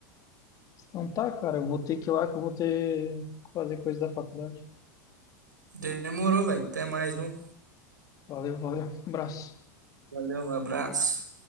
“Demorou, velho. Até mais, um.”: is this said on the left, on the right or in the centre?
Right